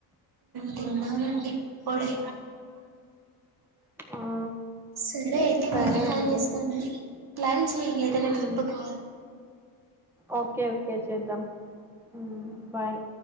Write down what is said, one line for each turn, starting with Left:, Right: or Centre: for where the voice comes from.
Right: తిన్నమండి ఇప్పుడే
Centre: ఆ
Right: సరే అయితే
Centre: సరే
Right: మళ్ళీ కాల్
Centre: అండి
Right: చేస్తాను ప్లాన్ చెయ్యి ఏదన్నా
Centre: మ్మ్
Right: ట్రిప్కి
Centre: ఓకే ఓకే చేద్దాం ఉ బాయ్